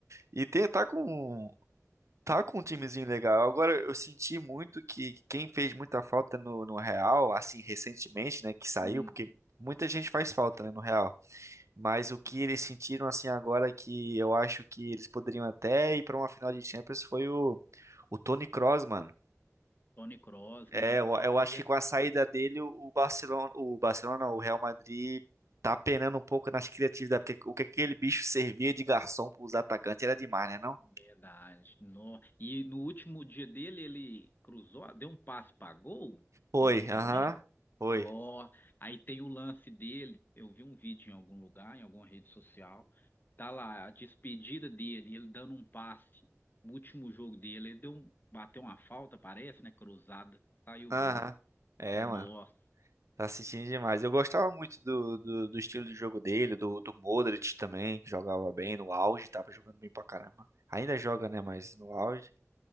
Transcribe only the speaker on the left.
Hum,
Toni Kroos,
né?
E
Verdade. No- E no último dia dele, ele cruzou, deu um passe para gol,
um cruzamento.
No... Aí tem o lance dele. Eu vi um vídeo em algum lugar, em alguma rede social. Tá lá a despedida dele, ele dando um passe. No último jogo dele, ele deu um... bateu uma falta, parece, né? Cruzada, saiu
o gol.
Nossa,